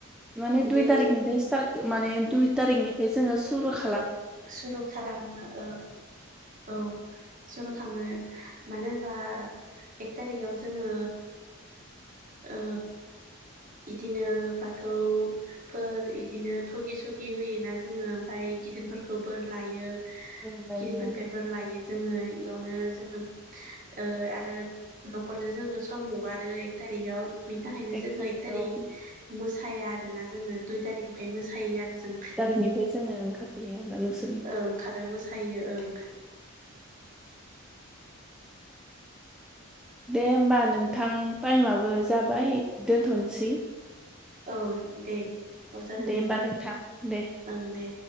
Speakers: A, in the centre; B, on the right.
A: माने
B: बिदि
A: दुइ तारिकनिफाय स्टार्ट माने दुइ तारिकनि बे जोङो सुरु खा
B: सुरु खालामो ओ औ सुरु खामो मानो बा एक तारिगाव जोङो ओ इदिनो बाथौफोर इदिनो थगि सगि होयोना जोङो ओमफाय गिदिरफोर फोरखौ बोर लायो
A: ओमफ्रायो
B: गिदिरफोरनिफ्राय बोर लायो जोङो इयावनो जोङो ओ आरो न'खरजो जोङो सम हगारो एक थारिखाव बेनि थाखायनो
A: एक
B: जोङो
A: थारिखआव
B: एकथारि मोसाया आरोना जोङो दुइ तारिखनिफाय मोसायो आरो जों
A: थारिखनिफाय जोङो ओंखारफैयो आरोना नोंसोर
B: ओंखारो मोसायो ओं
A: दे होमबा नोंथां टाइमाबो जाबाय दोनथनोसै
B: औ दे औ जागोन दे
A: होमबा नोंथां दे
B: ओं दे।